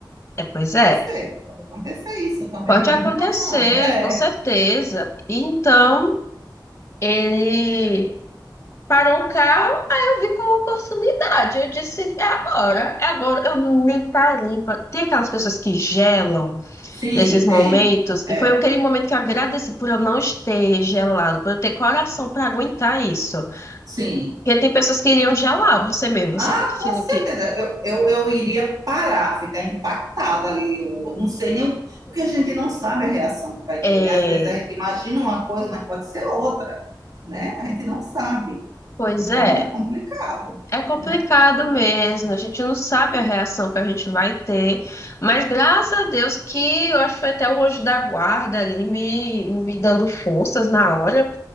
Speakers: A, on the left; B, on the right.
A: é, pois é.
B: Acontecer, pode acontecer isso também,
A: Pode
B: a gente
A: acontecer,
B: nunca sabe. É.
A: com certeza. Então, ele Parou o carro, aí eu vi como oportunidade. Eu disse, é agora, é agora. Eu nem parei. pra- Tem aquelas pessoas que gelam
B: Sim,
A: nesses momentos.
B: tem. É,
A: Foi aquele momento que eu agradeci por eu não ter gelado, por eu ter coração para aguentar isso.
B: sim.
A: Porque tem pessoas que iriam gelar você mesmo,
B: Ah,
A: você é
B: com certeza.
A: do que.
B: Eu, eu, eu iria parar, ficar impactada ali. Eu não sei nem. o- Porque a gente não sabe a reação que vai
A: É,
B: ter, né? Às vezes a gente imagina uma coisa, mas pode ser outra, né? A gente não sabe.
A: pois
B: Então
A: é.
B: é complicado,
A: É complicado
B: né?
A: mesmo, a gente não sabe a reação que a gente vai ter, mas graças a Deus que eu acho que foi até o anjo da guarda ali me, me dando forças na hora,